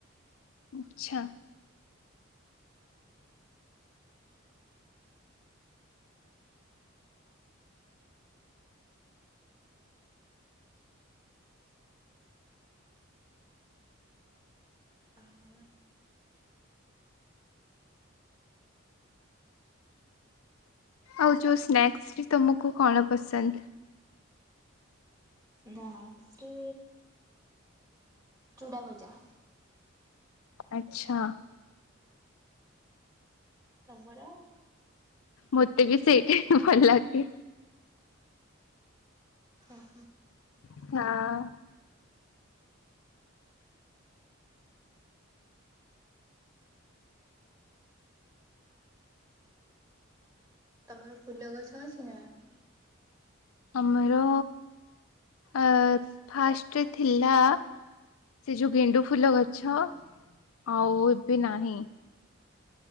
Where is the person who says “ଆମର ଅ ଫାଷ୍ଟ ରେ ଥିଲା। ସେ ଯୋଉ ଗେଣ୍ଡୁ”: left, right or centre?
Left